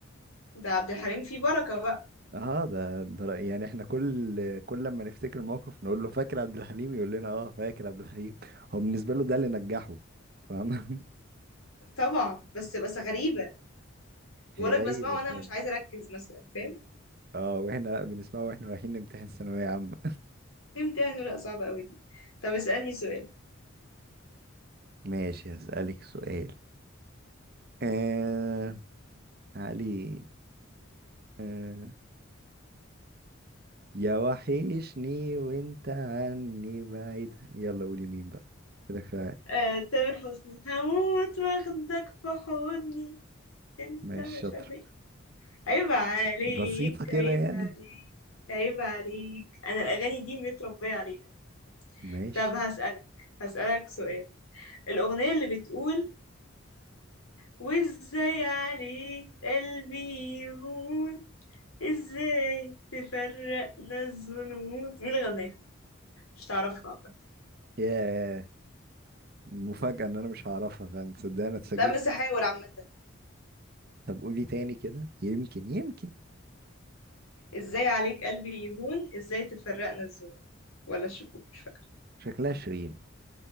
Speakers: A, on the left (about 90°); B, on the right (about 45°).
A: ده عبد الحليم فيه بركة بقى
B: اه ده, ده رأي- يعني احنا كل كل لما نفتكر موقف نقول له فاكر عبد الحليم يقول لنا اه فاكر عبد الحليم هو بالنسبة له ده اللي نجحه فاهم
A: طبعا بس بس غريبة
B: <laughs> هي
A: بقولك
B: غريبة
A: بسمعه وأنا
B: فعلا
A: مش عايزة أركز مثلا فاهم
B: اه واحنا بنسمعه واحنا رايحين نمتحن ثانوية عامة
A: تمتحن ورقة صعبة قوي دي طب اسألني سؤال
B: <laughs> ماشي هسألك سؤال آه تعالي آه يا وحشني وانت عني بعيد يلا قولي مين بقى كده كفاية
A: آه، تامر حسني هموت واخدك في حضني انت
B: ماشي
A: مش
B: شاطر
A: عارفة ايه عيب عليك
B: بسيطة كده
A: عيب
B: يعني
A: عليك عيب عليك انا الاغاني دي متربية عليها
B: ماشي
A: طب هسألك هسألك سؤال الأغنية اللي بتقول وازاي عليك قلبي يهون ازاي تفرقنا الظنون مين اللي غناها مش تعرفها عامة
B: يا مفاجأة ان انا مش هعرفها فاهم تصدق انا اتفاجئت
A: لا بس هحاول عامة
B: طب قولي تاني كده يمكن يمكن
A: ازاي عليك قلبي يهون ازاي تفرقنا الذنوب ولا الشكوك مش فاكرة
B: شكلها شيرين